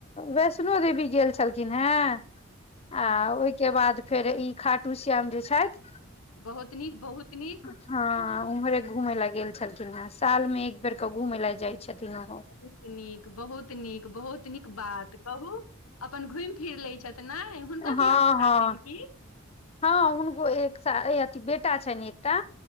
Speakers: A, on the left; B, on the left.
A: वैष्णो देवी गेल छलखिन हेँ।
B: हँ
A: आ ओहिके बाद फेर ई खाटूश्याम जे छथि
B: बहुत नीक बहुत नीक।
A: हँ उम्हरे घूमे लए गेल छलखिन हे साल मे एक बेर के घूमेय लए जाय छथिन ओ
B: बहुत नीक बहुत नीक बहुत नीक बात कहू अपन घुमि फिर लै छथि ने हुनको धिया
A: हँ
B: पुता
A: हँ।
B: छनि कि
A: हँ हुनको एक साल अथ बेटा छनि एकटा